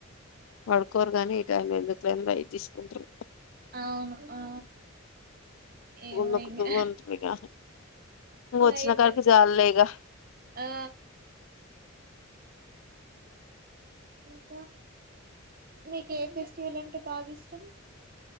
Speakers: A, on the left (about 75°); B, on the right (about 45°).
A: వడుకోరు గాని ఈ టైం లొ ఎందుకు లె అని భయం తీసుకుంటరు
B: అవును ఆ ఏమో
A: నకుతూ
B: ఇంగ
A: ఉంటలేగా ఇ వచ్చిన
B: లైట్
A: కడికి చాలలేగా
B: ఆ ప మీక ఏ ఫెస్టివల్ అంటే బాగా ఇష్ట చదు